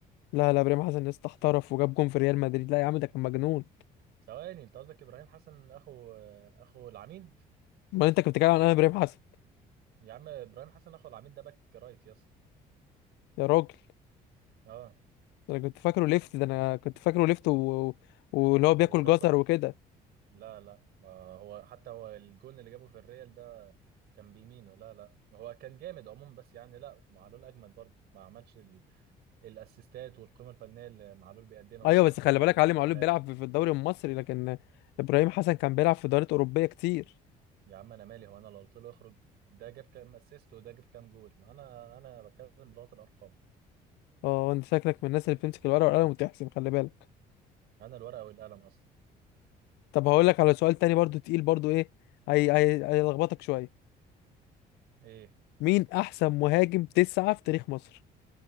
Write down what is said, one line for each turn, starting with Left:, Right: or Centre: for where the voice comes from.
Left: لا لا ابراهيم حسن لسه احترف وجاب جون في ريال مدريد لا يا عم ده كان مجنون
Right: ثواني انت قصدك ابراهيم حسن اخو آه، اخو العميد
Left: امال انت كنت بتتكلم عن انا ابراهيم حسن
Right: يا عم ابراهيم حسن اخو العميد ده باك رايت يا اسطى
Left: يا راجل
Right: اه
Left: ده انا كنت فاكره ليفت ده انا كنت فاكره ليفت و... واللي هو بياكل
Right: هو جزر
Left: جزر وكده
Right: لا لا ما هو حتى هو الجون اللي جابه في الريال ده كان بيمينه لا لا هو كان جامد عموما بس يعني لا معلول اجمد برضه ما عملش ال... الاسيستات والقيمه الفنيه اللي معلول بيقدمها
Left: ايوه
Right: والاحترام
Left: بس خلي بالك علي
Right: والاخلاق
Left: معلول بيلعب في في الدوري المصري لكن ابراهيم حسن كان بيلعب في دوريات اوروبيه كتير
Right: يا عم انا مالي هو انا لو قلت له اخرج ده جاب كام اسيست وده جاب كام جول انا انا بتكلم بلغه الارقام
Left: اه انت شكلك من الناس اللي بتمسك الورقه والقلم وتحسب خلي بالك
Right: انا الورقه والقلم اصلا
Left: طب هقول لك على سؤال تاني برضو تقيل برضو ايه هي هي هيلخبطك شويه
Right: ايه
Left: مين احسن مهاجم تسعة في تاريخ مصر